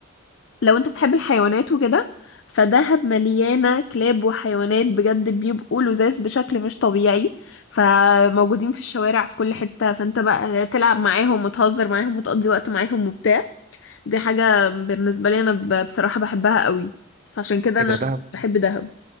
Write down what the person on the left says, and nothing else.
لو انت بتحب الحيوانات وكده فدهب مليانة كلاب وحيوانات بجد بيبقوا لذاذ بشكل مش طبيعي فموجودين في الشوارع في كل حتة فانت بقى تلعب معاهم وتهزر معاهم وتقضي وقت معاهم وبتاع دي حاجة بالنسبة لي انا ب- بصراحة بحبها قوي فعشان كده
انا
بحب دهب